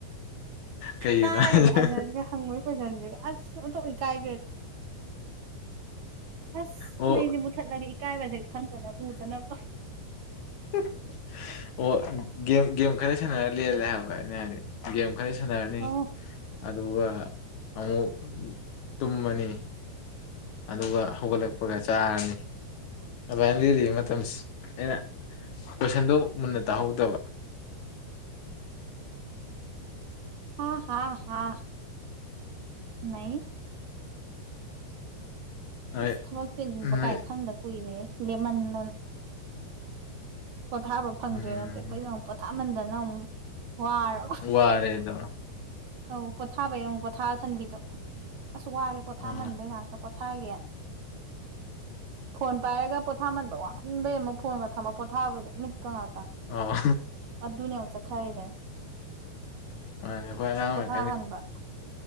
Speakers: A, on the left (about 60°); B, on the right (about 65°).
A: ꯀꯩꯒꯤꯅꯣ
B: ꯇꯥꯔꯤꯕ
A: ꯍꯥꯏꯁꯦ
B: ꯑꯟꯁꯔꯁꯤꯒ ꯍꯪꯉꯨꯏ ꯀꯣꯏꯁꯟꯖꯦ ꯑꯁ ꯑꯣꯟꯊꯣꯛꯅ ꯏꯀꯥꯏ ꯑꯁ
A: ꯑꯣ
B: ꯃꯩꯁꯦ ꯃꯨꯊꯠꯂꯒ ꯏꯀꯥꯏꯕꯁꯦ ꯈꯪꯗꯅꯕ ꯎꯗꯅꯕ
A: <unintelligible> ꯑꯣ ꯒꯦꯝ ꯒꯦꯝ ꯈꯔ ꯁꯥꯟꯅꯔ ꯂꯦꯜꯂꯦ ꯍꯥꯏꯕ ꯑꯩꯅ ꯍꯥꯏꯗꯤ ꯒꯦꯝ ꯈꯔ ꯁꯥꯟꯅꯔꯅꯤ
B: ꯑꯣ
A: ꯑꯗꯨꯒ ꯑꯃꯨꯛ ꯇꯨꯝꯃꯅꯤ ꯑꯗꯨꯒ ꯍꯧꯒꯠꯂꯛꯄꯒ ꯆꯥꯔꯅꯤ ꯑꯗꯨ ꯑꯩꯅ ꯂꯤꯜꯂꯤ ꯃꯇꯝꯁꯤ ꯑꯩꯅ ꯀꯣꯏꯁꯟꯗꯣ ꯃꯨꯟꯅ ꯇꯥꯍꯧꯗꯕ
B: ꯍꯥ ꯍ ꯍꯥ ꯅꯩ
A: ꯅꯣꯏ
B: ꯑꯁ ꯊꯕꯛ ꯆꯤꯟꯕ
A: ꯅꯣꯏ
B: ꯀꯥꯏ ꯈꯪꯗ ꯀꯨꯏꯔꯦ ꯂꯦꯃꯟꯗ ꯄꯣꯊꯥꯕ ꯐꯪꯗ꯭ꯔꯣꯏ
A: ꯎꯝ
B: ꯅꯠꯇꯦ ꯑꯩꯈꯣꯏꯗ ꯑꯃꯨꯛ ꯄꯣꯊꯥꯃꯟꯗꯅ ꯑꯃꯨꯛ ꯋꯥꯔꯣ
A: ꯋꯥꯔꯦꯗ
B: ꯑꯧ ꯄꯣꯊꯥꯕꯩ ꯑꯃꯨꯛ ꯄꯣꯊꯥꯁꯟꯕꯤꯗꯣ ꯑꯁ ꯋꯥꯔꯦ ꯄꯣꯊꯥꯃꯟꯕꯩ
A: ꯑꯥ
B: ꯉꯥꯛꯇ ꯄꯣꯊꯥꯒꯦꯅ ꯐꯣꯟ ꯄꯥꯏꯔꯒ ꯄꯣꯊꯥꯃꯟꯕ ꯋꯥꯃꯟꯕꯩ ꯑꯃ ꯐꯣꯟꯒ ꯊꯝꯃ ꯄꯣꯊꯥꯕꯗꯣ ꯃꯤꯠꯀ ꯉꯥꯛꯇ
A: ꯑ
B: ꯑ ꯑꯗꯨꯅꯆꯥ ꯊꯔꯖ
A: ꯑ ꯌꯥꯦ
B: ꯑ ꯍꯥꯟꯕ